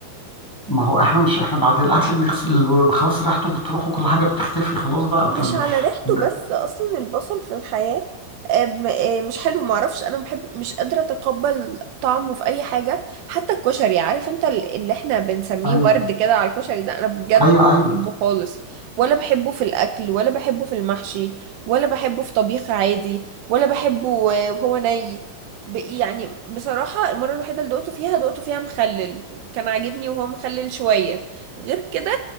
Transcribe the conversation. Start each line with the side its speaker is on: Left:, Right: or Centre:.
Centre: ما هو احنا مش احنا بعد الاكل بنغسل و- خلاص ريحته بتروح وكل حاجه بتختفي خلاص بقى
Right: مش
Centre: احنا ب...
Right: على ريحته
Centre: ب...
Right: بس اصلا البصل في الحياة أم- آه، مش حلو معرفش انا بحب مش قادرة اتقبل طعمه في اي حاجة حتى الكشري عارف انت ال- اللي احنا بنسميه
Centre: ايوه
Right: ورد كده على الكشري ده انا بجد
Centre: ايوه
Right: مش
Centre: ايوه
Right: بحبه خالص ولا بحبه في الاكل ولا بحبه في المحشي ولا بحبه في طبيخ عادي ولا بحبه آه، وهو ني ب- يعني بصراحة المرة الوحيدة اللي دقته فيها دقته فيها مخلل وكان عاجبني وهو مخلل شوية غير كده